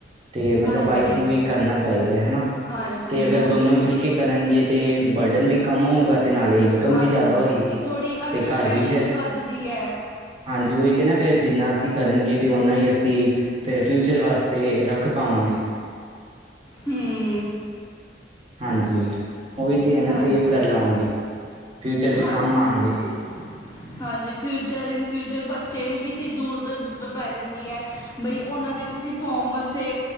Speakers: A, on the right; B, on the left.
A: ਤੇ ਮਤਲਬ
B: ਹਾਂਜੀ
A: ਵਾਈਫ ਨੂੰ ਵੀ ਕਰਨਾ ਚਾਈਦਾ ਹਨਾ।
B: ਹਾਂਜੀ
A: ਤੇ ਅਗਰ
B: ਹਾਂਜੀ
A: ਦੋਨੋਂ ਮਿਲ ਕੇ ਕਰਨਗੇ ਤੇ ਬਰਡਨ ਵੀ ਕੰਮ ਹੋਊਗਾ। ਹੇ ਇਨਕਮ
B: ਹਾਂਜੀ
A: ਵੀ ਯਾਦਾ ਹੋਏਗੀ
B: ਥੋੜ੍ਹੀ ਅੰਡਰਸਟੈਂਡਿੰਗ
A: ਤੇ ਘਰ ਵੀ ਫਿਰ
B: ਵੱਧਦੀ ਹੈ
A: ਹਾਂਜੀ ਓਹੀ ਤੇ ਨਾ ਫੇਰ ਜਿੰਨਾ ਅਸੀਂ ਕਰਨਗੇ ਤੇ ਨਾ ਈ ਅਸੀਂ ਫੇਰ ਫਿਊਚਰ ਵਾਸਤੇ ਰੱਖ ਪਾਵਾਂਗੇ।
B: ਹੂੰ।
A: ਹਾਂਜੀ ਓਹੀ ਤੇ ਐ ਨਾ
B: ਹਾਂਜੀ
A: ਸੇਵ ਕਰ ਲਵਾਂਗੇ ਫਿਊਚਰ ਚ
B: ਹਾਂਜੀ
A: ਕੰਮ ਆਣਗੇ।
B: ਹਾਂਜੀ ਹਾਂਜੀ ਫਿਊਚਰ ਇਨ ਫਿਊਚਰ ਬੱਚੇ ਨੂੰ ਕਿਸੀ ਜ਼ਰੂਰਤ ਪੈ ਜਾਂਦੀ ਐ। ਬਈ ਓਨਾਂ ਦੇ ਕਿਸੇ ਫੋਮ ਵਾਸਤੇ